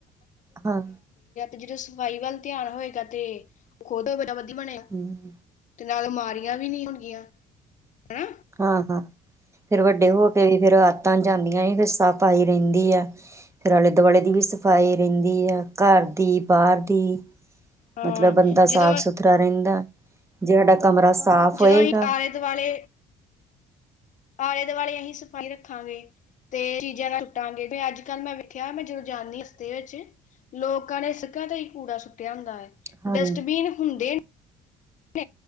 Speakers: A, on the right; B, on the left.
A: ਹਾਂ
B: ਜਦੋਂ ਸਫ਼ਾਈ ਵੱਲ ਧਿਆਨ ਹੋਏਗਾ ਤੇ ਉਹ ਖੁਦ ਹੋ ਵਧਆ ਬਣੇਗਾ
A: ਹਮ
B: ਤੇ ਨਾਲ ਮਾਰ ਵੀ ਨਹੀਂੀ ਹੋਣਗੀਆਂ ਹਨਾ
A: ਹਾਂ-ਹਾਂ ਫੇਰ ਵੱਡੇ ਹੋ ਕੇ ਵੀ ਫਰ ਆਤਾਂ ਜਾਂਦੀਆਂ ਫਿਰ ਸਫ਼ ਆਾਈ ਰਹਿੰਦੀ ਆ ਫੇਿਰ ਆਲੇ ਦੁਆਲੇ ਦੀ ਵੀ ਸਫਾਈ ਰਹਿੰਦੀ ਆ ਘਰ ਦੀ ਬਾਹਰ ਦੀ
B: ਹਾਂ
A: ਮਤਲਬ ਬੰਦਾ
B: ਜਦੋਂ
A: ਸਾਫ ਸੁਥਰਾ ਰਹਿੰਦਾ ਜਿਹਡਾ ਕਮਰਾ ਸਾਫ਼
B: ਜਦੋਂ
A: ਹੋਏਗਾ
B: ਅਸੀਂ ਆਲੇ ਦੁਆਲੇ ਆਲੇ ਦੁਆਲੇ ਅਸੀਂ ਸਫ਼ਾਈ ਰੱਖਾਂਗੇ ਤੇ ਚੀਜ਼ਾਂ ਨਾਲ ਸੁੁੱਟਾਂਗੇ ਤੇ ਅੱਜ ਕੱਲ੍ਹ ਮੈਂ ਵੇਖਿਆ ਮੈਂ ਜਦੋਂ ਜਾਣਦੀ ਹਸਤੇ ਵਿੱਚ ਲੋਕਾਂ ਨੇ ਸੱਕਾਂ ਤੇ ਹੀ ਕੂੜਾ ਸੁੱਟਿਆ ਹੁੰਦਾ ਹੈ
A: ਹਾਂਜੀ।
B: ਡਸਟਬੀਨ ਹੁੰਦੇ <inaudible>